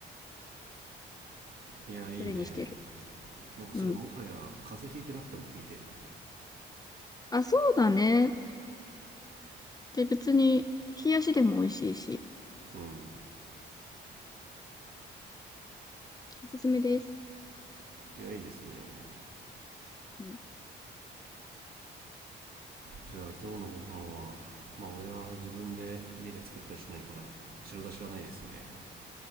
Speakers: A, on the right (about 50°); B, on the left (about 20°).
A: いやいいね
B: それにしてる。
A: なんかそれもはや風邪ひいてなくても聞いてえな
B: うん。あ、そうだね。で、別に、冷やしでも美味しいし、
A: うん
B: おすすめです。
A: いやいいですね
B: うん。
A: じゃあ今日のご飯はまあ俺は自分で家で作ったりしないから白だしはないですね